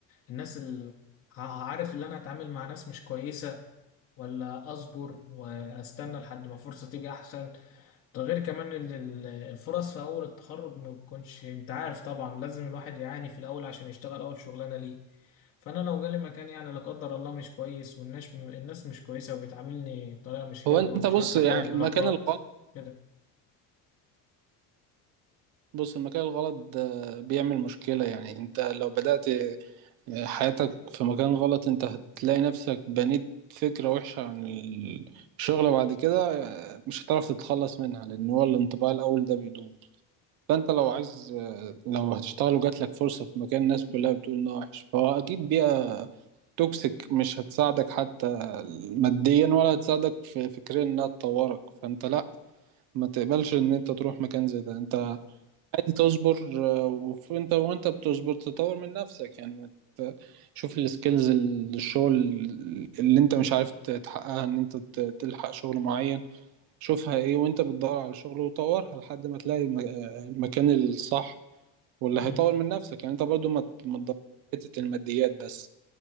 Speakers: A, on the left; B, on the right.
A: الناس اللي عارف اللي أنا هتعامل مع ناس مش كويسة ولا اصبر واستنى لحد ما فرصة تيجي احسن ده غير كمان ال- ال- الفرص في اول التخرج ما بتكونش انت عارف طبعا لازم الواحد يعاني في الاول عشان يشتغل اول شغلانه ليه فانا لو جالي مكان يعني لا قدر الله مش كويس والناس الناس مش كويسه وبيتعاملني بطريقه مش حلوه
B: هو انت
A: ومش
B: بص
A: عارف
B: يعني
A: اكون
B: المكان
A: علاقات
B: الغلط
A: كده
B: بص المكان الغلط ده بيعمل مشكلة يعني انت لو بدأت حياتك في مكان غلط انت هتلاقي نفسك بنيت فكرة وحشة عن الشغل بعد كده آه، مش هتعرف تتخلص منها لأن هو الانطباع الأول ده بيدوم فأنت لو عايز آه، لو هتشتغل وجات لك فرصة في مكان الناس كلها بتقول إنه وحش فهو أكيد بيئة توكسيك مش هتساعدك حتى ماديا ولا هتساعدك في فكريا إنها تطورك فأنت لأ ما تقبلش إن أنت تروح مكان زي ده أنت عادي تصبر آه، وف- وانت وانت بتصبر تطور من نفسك يعني ما ت- شوف السكيلز الشغل اللي انت مش عارف ت- تحققها ان انت ت- تلحق شغل معين شوفها ايه وانت بتدور على شغل وطورها لحد ما تلاقي الم- آه، المكان الصح واللي
A: أمم،
B: هيطور من نفسك يعني انت برضو ما ت- ما تدور على حتة الماديات بس